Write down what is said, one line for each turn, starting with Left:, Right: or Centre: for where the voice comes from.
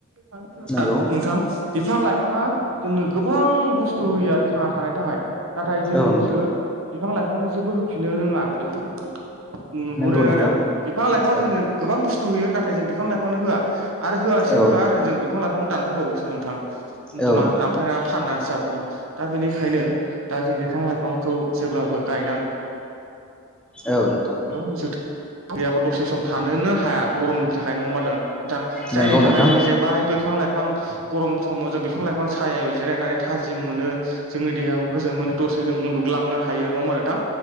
Right: <unintelligible>
Centre: नंगौ
Right: नोंथां बिफां लाइफाङा जोंनो गोबां बुस्थु होयो आरो थांना थानायनि थाखाय नाथाय जोंसो
Centre: औ नोंथां
Right: बिफां लाइफांनो जेबो होफिननो रोङा बेखौ जोंङो- नुहरो
Centre: नंगौ नोंथां
Right: आरो बिफां लाइफां
Centre: औ
Right: जोंनो गोबां बुस्थु होयो नाथाय जों बिफां लाइफांनो होआ! आरो होआसै
Centre: औ
Right: होआ
Centre: नोंथां
Right: आरो जों बिफां लाइफांखौनो दानफायबावोसो दमा नोंथां
Centre: औ
Right: मा
Centre: नोंथां
Right: दानफायनानै- फाननानै जाबावो दा बेनिखायनो दा जों बिफां लाइफांखौ जेब्लाबो गायनां
Centre: औ नोंथां!
Right: औ जोथोन गैयाबा दसे सम थानोनो हाया गरमनि थाखाय नङा होनबा दो नोंथां जायनि
Centre: नंगौ
Right: थाखाय
Centre: नोंथां
Right: जों जेब्लायबो बिफां -लाइफां- आं बिफां गरम समाव जों बिफां लाइफां सायायाव जिरायनानै थाजिम मोनो! जोंनि देहाबो गोजोन मोनो दसे जों उन्दुग्लांनो हायो नङा होमबा नोंथां